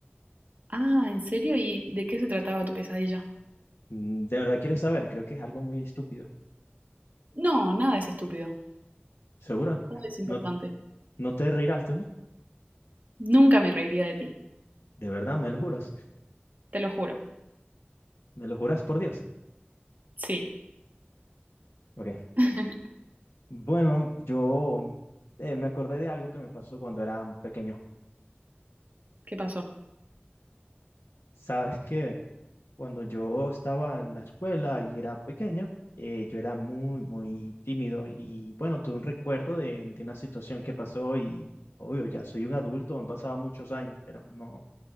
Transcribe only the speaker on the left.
Mm, ¿De verdad quieres saber? Creo que es algo muy estúpido.
¿Segura?
¿No, no te reirás de mí?
¿De verdad? ¿Me lo juras?
¿Me lo juras por Dios?
Ok.
Bueno, yo eh, me acordé de algo que me pasó cuando era pequeño.
¿Sabes qué? Cuando yo estaba en la escuela y era pequeño, eh, yo era muy, muy tímido y bueno, tuve un recuerdo de, de una situación que pasó y obvio, ya soy un adulto, han pasado muchos años, pero no.